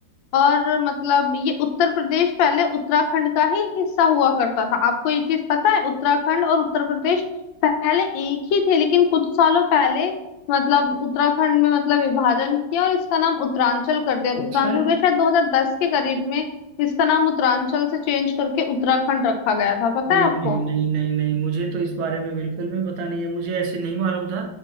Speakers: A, on the left (about 75°); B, on the right (about 90°).
A: और मतलब ये उत्तर प्रदेश पहले उत्तराखंड का ही हिस्सा हुआ करता था आपको ये चीज पता है उत्तराखंड और उत्तर प्रदेश पहले एक ही थे लेकिन कुछ सालों पहले मतलब उत्तराखंड में मतलब विभाजन किया और इसका नाम उत्तरांचल कर दिया और उत्तरांचल
B: शायद
A: का शायद 2010 के करीब में इसका नाम उत्तरांचल से चेंज करके उत्तराखंड रखा गया था पता है
B: नहीं
A: आपको
B: नहीं नहीं नहीं नहीं मुझे तो इस बारे में बिल्कुल भी पता नहीं है मुझे ऐसे नहीं मालूम था